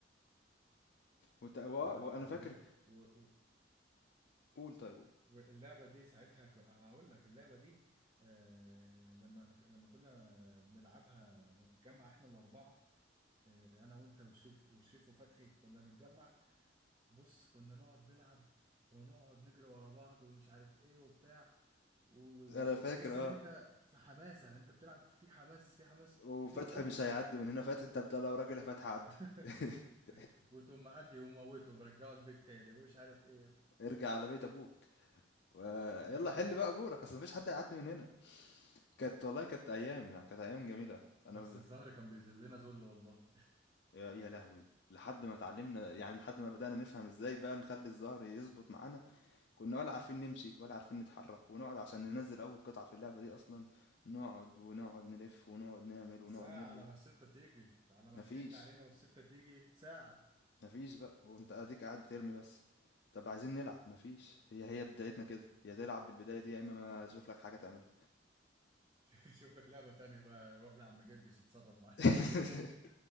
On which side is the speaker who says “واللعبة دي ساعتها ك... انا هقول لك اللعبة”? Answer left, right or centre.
Right